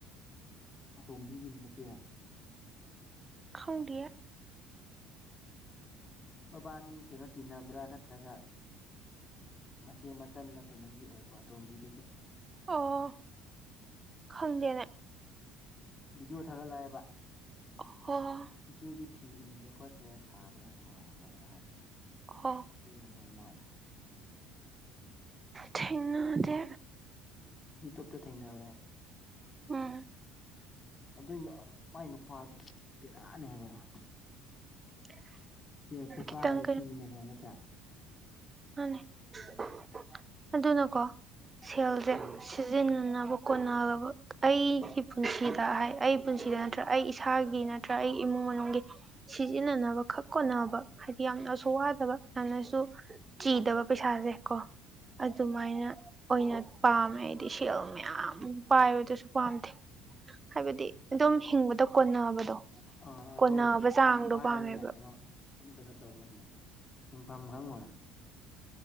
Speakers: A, on the left; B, on the right.
A: ꯑꯇꯣꯝꯕꯤꯒꯤ ꯃꯆꯦꯔꯥ
B: ꯈꯪꯗꯦꯌꯦ
A: ꯃꯕꯥꯅꯤ ꯀꯩꯅꯣ ꯇꯤꯟꯅꯕ꯭ꯔꯥ ꯅꯠꯇ꯭ꯔꯒ ꯃꯆꯦ ꯃꯆꯜꯂ ꯀꯩꯅꯣꯝꯗꯤ ꯑꯣꯏꯀꯣ ꯑꯇꯣꯝꯕꯤꯗꯨꯒꯤ
B: ꯑꯣ ꯈꯪꯗꯦꯅꯦ
A: ꯚꯤꯗꯤꯑꯣ ꯊꯥꯒꯠꯂꯛꯑꯦꯕ
B: ꯑꯣ ꯍꯣ
A: ꯏꯆꯦꯗꯤ ꯐꯤ ꯏꯟꯗ꯭ꯔꯦ ꯀꯣꯠ ꯃꯆꯦ ꯁꯥꯕ꯭ꯔꯥ <unintelligible>
B: ꯑꯣ
A: ꯃꯆꯦꯒꯨꯝꯕ ꯑꯣꯏ ꯃꯥꯜꯂꯦ
B: ꯊꯦꯡꯅꯗꯦ
A: ꯌꯨꯇꯨꯨꯞꯇ ꯊꯦꯡꯅꯕꯅꯦ
B: ꯎꯝ
A: ꯑꯗꯨꯏ ꯅ ꯃꯥꯏ ꯅꯨꯄꯥꯗꯨ ꯕꯦꯔꯥꯅꯦ ꯍꯥꯏꯕ
B: <unintelligible>
A: ꯁꯦꯜꯄꯨ
B: ꯈꯤꯇꯪ
A: ꯄꯥꯢꯔꯗꯤ ꯁꯤꯅꯤꯅꯦꯀꯣ ꯅꯠꯇ꯭ꯔꯥ
B: ꯃꯥꯅꯤ <unintelligible> ꯑꯗꯨꯅꯀꯣ ꯁꯦꯜꯖꯦ
A: ꯎꯝ
B: ꯁꯤꯖꯤꯟꯅꯅꯕ ꯀꯣꯅꯔꯕ ꯑꯩꯒꯤ ꯄꯨꯟꯁꯤꯗ ꯍꯥꯏ ꯑꯩ ꯄꯨꯟꯁꯤꯗ ꯅꯠꯇ꯭ꯔꯒ ꯑꯩ ꯏꯁꯥꯒꯤ ꯅꯠ ꯇ꯭ꯔꯥ ꯑꯩ ꯏꯃꯨꯡ ꯃꯅꯨꯡꯒꯤ ꯁꯤꯖꯤꯟꯅꯅꯕ ꯈꯛ ꯀꯣꯟꯅꯕ ꯍꯥꯏꯗꯤ ꯌꯥꯝꯅꯁꯨ ꯋꯥꯗꯕ ꯌꯥꯝꯅꯁꯨ ꯆꯤꯗꯕ ꯄꯩꯁꯥꯖꯦ ꯀꯣ ꯑꯗꯨꯃꯥꯏꯅ ꯑꯣꯏꯅ ꯄꯥꯝꯃꯦ ꯑꯩꯗꯤ ꯁꯦꯜ ꯃ꯭ꯌꯥꯝ ꯄꯥꯏꯕꯗꯨꯁꯨ ꯄꯥꯝꯗꯦ ꯍꯥꯏꯕꯗꯤ ꯑꯗꯨꯝ ꯍꯤꯡꯕꯗ ꯀꯣꯟꯅꯕꯗꯣ
A: ꯑꯥ ꯑꯗꯣ
B: ꯀꯣꯟꯅꯕ ꯆꯥꯡꯗꯣ
A: ꯌꯥꯝ ꯄꯥꯏꯔꯗꯤꯅꯦ
B: ꯄꯥꯝꯃꯦꯕ
A: ꯀꯩꯅꯣ ꯑꯃꯨꯛ ꯀꯩꯅꯣ ꯇꯧꯒꯅꯤ ꯍꯤꯡꯐꯝ ꯈꯪꯉꯣꯏ